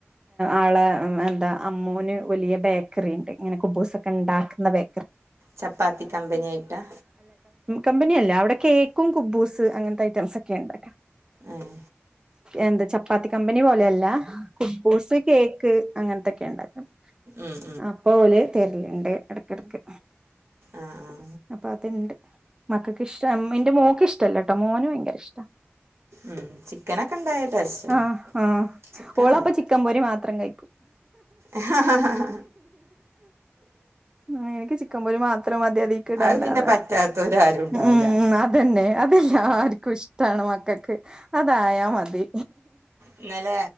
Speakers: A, on the right; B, on the right.
A: ആള എന്താ അമ്മൂന് വലിയ ബാ കറിണ്ട് ഇങ്ങനെ കുബു സ്സൊക്കെ ഉണ്ടാക്കുന്ന ബേ
B: ചപ്പാത്തി കമ്പനി ആയിട്ടാ?
A: കമ്പനിയല്ല അവിടെ കേക്കും കുബൂസ് അങ്ങനത്തെ റ്റംസൊക്കെ ഉണ്ടാക്കണ
B: ഏഹ്
A: എന്ത് ചപ്പാത്തി കമ്പനി പോലെയല്ല. കുബ്ബൂസ്, കേക്ക് അങ്ങനത്തൊക്കെ ഉണ്ടാക്കും.
B: ആഹ്
A: അപ്പോ ഓല് തെരലുണ്ട് ഇടക്കിടക്ക്.
B: ആഹ്
A: അപ്പൊ അതുണ്ട് മക്കൾക്ക് ഇഷ്ടം എന്റെ മോക്ക് ഇഷ്ടല്ലോ ട്ടോ മോന് ഭയങ്കര ഇഷ്ട.
B: ഉം ചിക്കനൊക്കെ ഉണ്ടായ ടേസ്റ്റാണ്
A: ആ ആ
B: ചിക്കൻ
A: ഓളപ്പ ചിക്കൻ പൊരി മാത്രം കഴിക്കും.
B: ആഹ് ഹാ ഹാ
A: ഉം എൻക്ക് ചിക്കൻപൊരിമാത്രംമതി അതീക്കിടണ്ടന്ന്പറിം
B: അത് പിന്നെ പറ്റാത്തോരാരും ഉണ്ടാവൂല
A: മ്മ് അതന്നെ അതെല്ലാർക്കും ഇഷ്ടമാണ് മക്കക്ക് അതായാ മതി.
B: ഇന്നലെ